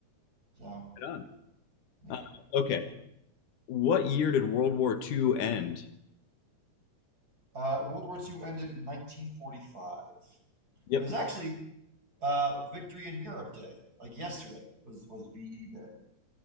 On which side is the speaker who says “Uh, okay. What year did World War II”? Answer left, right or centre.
Left